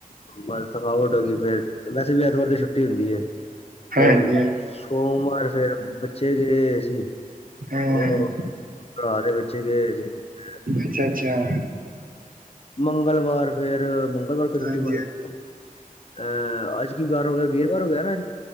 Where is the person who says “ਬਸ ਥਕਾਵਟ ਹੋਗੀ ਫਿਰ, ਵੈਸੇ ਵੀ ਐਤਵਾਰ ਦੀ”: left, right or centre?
Left